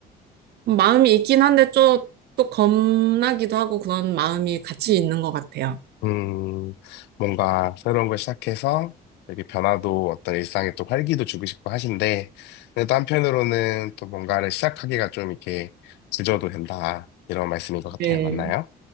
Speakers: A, on the right; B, on the left.
A: 마음이 있긴 한데 좀 또 겁나기도 하고 그런 마음이 같이 있는 것 같아요.
B: 음, 뭔가 새로운 걸 시작해서 되게 변화도 어떤 일상에 또 활기도 주고 싶고 하신데, 근데 또 한편으로는 또 뭔가를 시작하기가 좀 이렇게 주저도 된다. 이런 말씀인 것 같아요.
A: 네,
B: 맞나요?